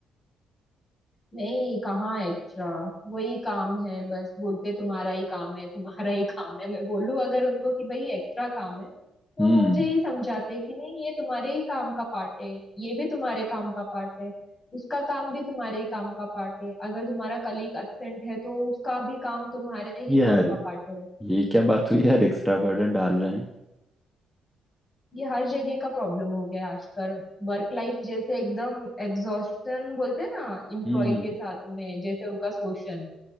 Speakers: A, on the left; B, in the centre.
A: नहीं कहाँ एक्स्ट्रा वही काम है बस बोलते तुम्हारा ही काम है तुम्हारा ही काम है मैं बोलूँ अगर उनको कि भाई एक्स्ट्रा काम है तो
B: हम्म
A: मुझे ही समझाते कि नहीं ये तुम्हारे ही काम का पार्ट है ये भी तुम्हारे काम का पार्ट है उसका काम भी तुम्हारे ही काम का पार्ट है अगर तुम्हारा कलीग एब्सेंट है तो उसका भी काम तुम्हारे ही
B: यार
A: काम का पार्ट है
B: ये क्या बात हुई यार एक्स्ट्रा बर्डन डाल रहे हैं
A: ये हर जगह का प्रॉब्लम हो गया है आजकल वर्क लाइफ जैसे एकदम एग्जॉस्टन बोलते हैं ना एम्प्लॉय
B: हम्म
A: के साथ में जैसे उनका शोषण